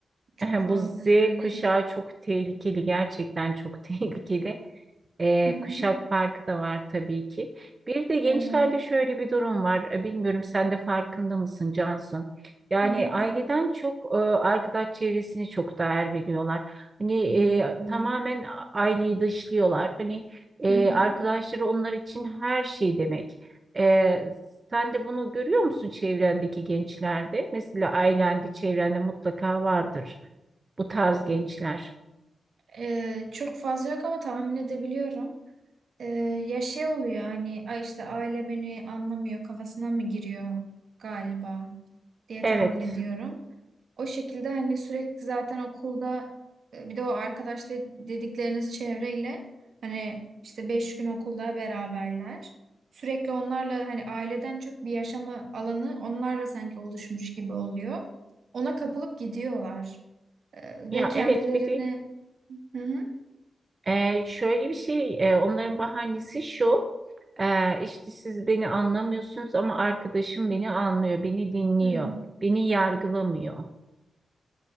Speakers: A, on the right; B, on the right.
A: çok
B: <laughs>
A: fazla
B: Bu Z
A: yani.
B: kuşağı çok tehlikeli gerçekten çok <laughs> tehlikeli. E,
A: Hı hı.
B: kuşak farkı da var tabii ki. Bir de gençlerde
A: Evet.
B: şöyle bir durum var. E, Bilmiyorum sen de farkında mısın Cansu? Yani
A: Hı hı.
B: aileden çok e, arkadaş çevresini çok değer veriyorlar. Hani e, tamamen aileyi dışlıyorlar. Hani e,
A: Hı hı.
B: arkadaşları onlar için her şey demek. E, sen de bunu görüyor musun çevrendeki gençlerde? Mesela ailende, çevrende mutlaka vardır bu tarz gençler.
A: Ee, çok fazla yok ama tahmin edebiliyorum. Ee, ya şey oluyor hani ay işte aile beni anlamıyor kafasına mı giriyor galiba diye
B: Evet.
A: tahmin ediyorum. O şekilde hani sürekli zaten okulda e, bir de o arkadaş de- dedikleriniz çevreyle hani işte beş gün okulda beraberler. Sürekli onlarla hani aileden çok bir yaşama alanı onlarla sanki oluşmuş gibi oluyor. Ona kapılıp gidiyorlar. E,
B: Ya
A: ve kendilerini
B: evet bir de
A: hı hı,
B: Ee, şöyle bir şey, e, onların bahanesi şu, e, işte siz beni anlamıyorsunuz ama arkadaşım beni anlıyor, beni dinliyor,
A: hı,
B: beni yargılamıyor.